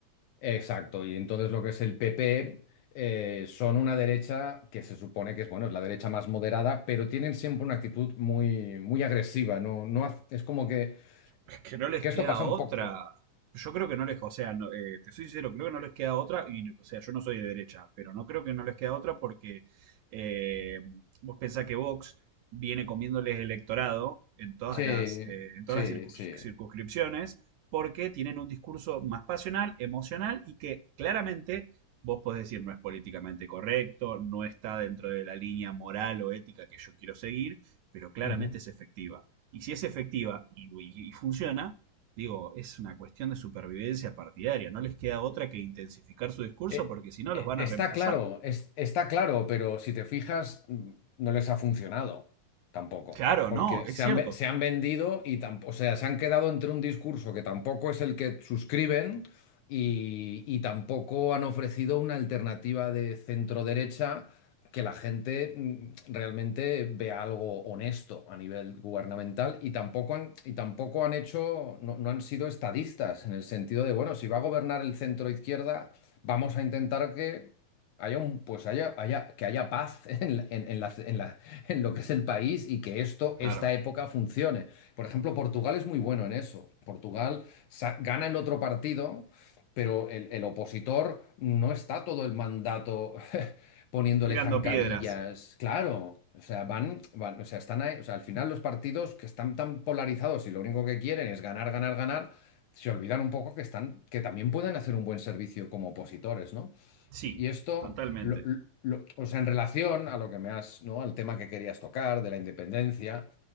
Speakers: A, on the left (about 70°); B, on the right (about 75°).
A: Exacto, y entonces lo que es el PP eh, son una derecha que se supone que es, bueno, es la derecha más moderada, pero tienen siempre una actitud muy, muy agresiva, ¿no? No, haz- es como que,
B: Es que no les
A: que
B: queda
A: esto pasa
B: otra.
A: un poco.
B: Yo creo que no les, o sea, no, eh, te soy sincero, creo que no les queda otra, y o sea, yo no soy de derecha, pero no creo que no les queda otra porque eh, vos pensás que Vox viene comiéndoles electorado en todas
A: Sí,
B: las, eh, en todas
A: sí,
B: las circus-
A: sí.
B: circunscripciones porque tienen un discurso más pasional, emocional y que claramente vos podés decir no es políticamente correcto, no está dentro de la línea moral o ética que yo quiero seguir, pero claramente
A: Ujú.
B: es efectiva. Y si es efectiva y, y- y funciona, digo, es una cuestión de supervivencia partidaria. No les queda otra que intensificar su discurso
A: Eh,
B: porque si no
A: eh,
B: los van
A: está
B: a reemplazar.
A: claro, es- está claro, pero si te fijas, mm, no les ha funcionado tampoco,
B: Claro,
A: porque
B: no, es
A: se
B: cierto.
A: han, ve- se han vendido y tampoco, o sea, se han quedado entre un discurso que tampoco es el que suscriben y, y tampoco han ofrecido una alternativa de centro derecha que la gente mm, realmente vea algo honesto a nivel gubernamental y tampoco han, y tampoco han hecho, no no han sido estadistas en el sentido de, bueno, si va a gobernar el centro izquierda vamos a intentar que haya un, pues haya, haya, que haya paz <laughs> en, la- en- en la- en la- en lo que es el país y que esto,
B: Claro.
A: esta época funcione. Por ejemplo, Portugal es muy bueno en eso. Portugal sa- gana el otro partido, pero el, el opositor no está todo el mandato <laughs> poniéndole
B: Tirando
A: zancadillas.
B: piedras.
A: Claro. O sea, van, van- o sea, están ahí- o sea, al final los partidos que están tan polarizados y lo único que quieren es ganar, ganar, ganar, se olvidan un poco que están, que también pueden hacer un buen servicio como opositores, ¿no?
B: Sí,
A: Y esto,
B: totalmente.
A: lo- lo- o sea, en relación a lo que me has, ¿no? Al tema que querías tocar de la independencia,